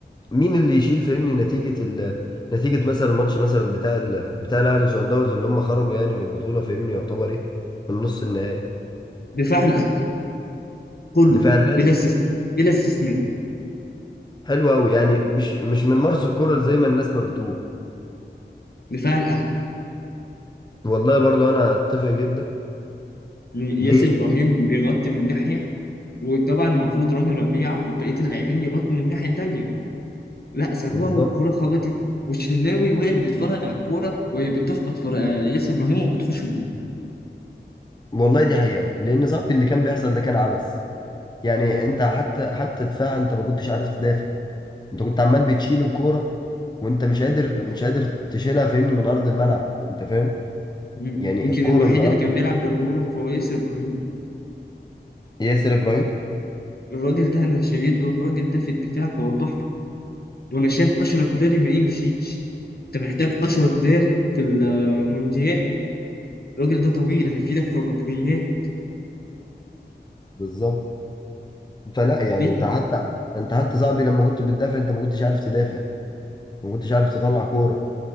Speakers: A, on the left (about 25°); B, on the left (about 55°).
A: مين اللي يشيل فهمني نتيجة ال نتيجة مثلا الماتش مثلا بتاع ال بتاع الاهلي وصن داونز اللي هم خرجوا يعني من البطولة فهمني يعتبر ايه من نص النهائي
B: دفاع الأهلي كله
A: دفاع الاهلي
B: بلا استثناء بلا استثناء
A: حلو قوي يعني مش مش من مارس الكرة زي ما الناس ما بتقول
B: دفاع الأهلي
A: والله برضو انا اتفق جدا
B: ياسر
A: ليه
B: إبراهيم بيغطي من ناحية وطبعا المفروض رامي ربيعة وبقية اللاعبين يغطوا من ناحية تانية لا سابوها
A: بالظبط
B: والكورة خبطت والشناوي واقف بيتفرج على الكورة وهي بتخبط في آه، ياسر إبراهيم وبتخش الجول
A: والله دي حقيقة لان صاحبي اللي كان بيحصل ده كان عبث يعني انت حتى حتى دفاع انت ما كنتش عارف تدافع انت كنت عمال بتشيل الكوره وانت مش قادر مش قادر تشيلها فاهمني من ارض الملعب انت فاهم
B: مم.
A: يعني
B: يمكن
A: الكوره
B: الوحيد
A: من ارض
B: اللي كان بيلعب برجولة فهو ياسر إبراهيم
A: ياسر ابراهيم
B: الراجل ده أنا شايل له الراجل ده في الدفاع فهو تحفة وأنا شايف أشرف داري ما يمشيش أنت محتاج أشرف داري في المونديال الراجل ده طويل هيفيدك في الركنيات
A: بالظبط فلا يعني
B: ليه
A: انت حتى انت حتى صاحبي لما كنت بتدافع انت ما كنتش عارف تدافع انت ما كنتش عارف تطلع كوره